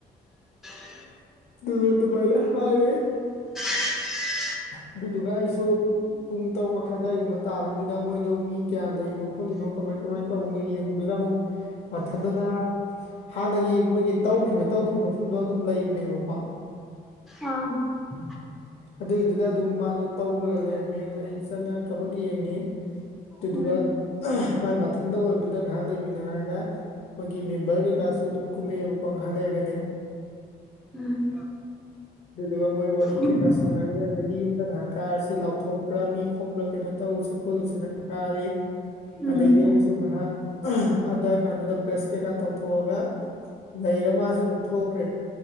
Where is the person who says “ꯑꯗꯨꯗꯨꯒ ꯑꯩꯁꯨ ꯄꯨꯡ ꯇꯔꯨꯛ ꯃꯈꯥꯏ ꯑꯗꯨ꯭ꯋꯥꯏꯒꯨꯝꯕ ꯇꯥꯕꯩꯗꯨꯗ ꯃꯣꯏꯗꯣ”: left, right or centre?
Left